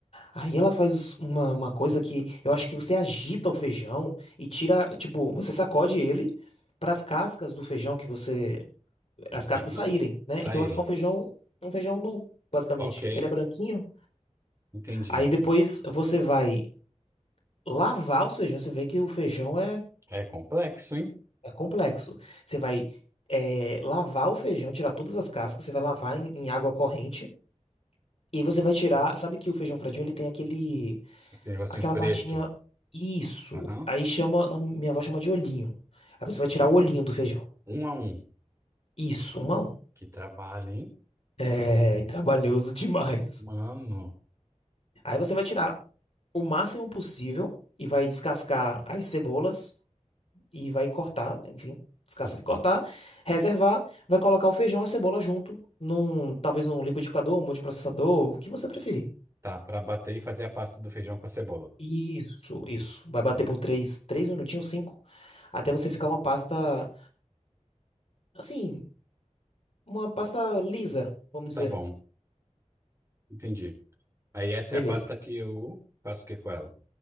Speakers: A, on the left; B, on the right.
A: Aí ela faz uma, uma coisa que eu acho que você agita o feijão e tira, tipo, você sacode ele para as cascas do feijão que você, as cascas
B: Aham.
A: saírem, né?
B: Saírem.
A: Então vai ficar um feijão, um feijão nu, basicamente.
B: Ok,
A: Ele é branquinho.
B: entendi.
A: Aí depois você vai lavar os feijões. Você vê que o feijão é,
B: É complexo, hein?
A: é complexo. Você vai eh, lavar o feijão, tirar todas as cascas. Você vai lavar em em água corrente. E aí você vai tirar, sabe que o feijão fradinho ele tem aquele,
B: Aquele negocinho
A: aquela
B: preto.
A: partinha, isso,
B: Aham.
A: aí chama, não, minha avó chama de olhinho. Aí você vai tirar o olhinho do feijão.
B: Um a um.
A: Isso, um a um.
B: Que trabalho, hein?
A: É, e trabalhoso demais.
B: Mano.
A: Aí você vai tirar o máximo possível e vai descascar as cebolas e vai cortar, enfim, descascar
B: Uhum.
A: e cortar, reservar, vai colocar o feijão e a cebola junto num, talvez num liquidificador, um multiprocessador, o que você preferir.
B: Tá, pra bater e fazer a pasta do feijão com a cebola.
A: Isso, isso. Vai bater por três, três minutinhos, cinco, até você ficar uma pasta, assim, uma pasta lisa, vamos dizer.
B: Tá bom, entendi. Aí essa
A: Beleza.
B: é a pasta que eu faço o que com ela?